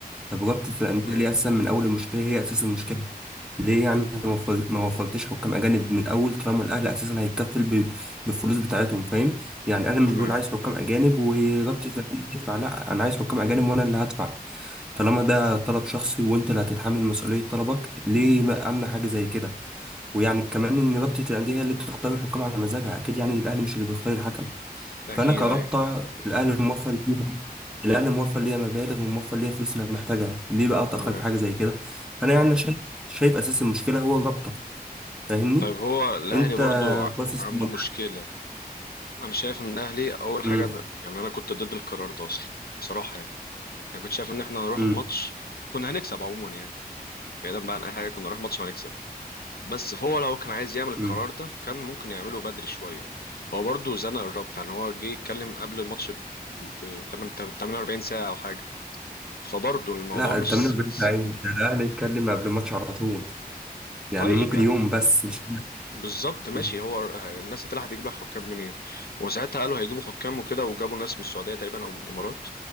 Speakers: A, in the centre; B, on the left.
A: طب رابطه الانديه
B: تمام
A: ليه اساسا من اول المشكله هي اساس المشكله ليه يعني ما وفر- ما وفرتش حكام اجانب من الاول طالما الاهلي اساسا هيتكفل ب- بالفلوس بتاعتهم فاهم يعني انا مش
B: تمام
A: بقول عايز حكام اجانب ورابطه الانديه تدفع لا انا عايز حكام اجانب وانا اللي هدفع طالما ده طلب شخصي وانت اللي هتتحمل مسؤوليه طلبك ليه ما امنع حاجه زي كده ويعني كمان ان رابطه الانديه هي اللي بتختار الحكام على مزاجها اكيد يعني الاهلي مش اللي بيختار الحكم
B: اكيد
A: فانا كرابطه
B: ايوه
A: الاهلي موفر ليها الاهلي موفر ليا مبالغ وموفر ليا فلوس اللي انا محتاجها ليه بقى اتاخر
B: تمام
A: في حاجه زي كده فانا يعني شايف شايف اساس المشكله هو الرابطه فاهمني
B: طيب هو الاهلي
A: انت
B: برضو ع-
A: باصص
B: عنده
A: من-
B: مشكله انا شايف ان الاهلي اول
A: امم
B: حاجه انا يعني انا كنت ضد القرار ده اصلا بصراحه يعني انا كنت شايف ان احنا هنروح
A: امم
B: الماتش كنا هنكسب عموما يعني بعيدا بقى عن اي حاجه كنا نروح ماتش وهنكسب بس فهو لو كان عايز يعمل القرار
A: امم
B: ده كان ممكن يعمله بدري شوية هو برضه زنق الرابطة يعني هو جه يتكلم قبل الماتش ب ب- تمن- تمن- 48 ساعة أو حاجة فبرضه الموضوع
A: لا
B: مش
A: انت من قبل
B: مش-
A: ده الاهلي يتكلم قبل الماتش على طول يعني
B: طيب
A: ممكن
B: يعني
A: يوم بس مش
B: بالظبط ماشي
A: أمم.
B: هو ر- الناس اللي هتجيب لها حكام منين وساعتها قالوا هيجيبوا حكام وكده وجابوا ناس من السعودية تقريبا أو من الإمارات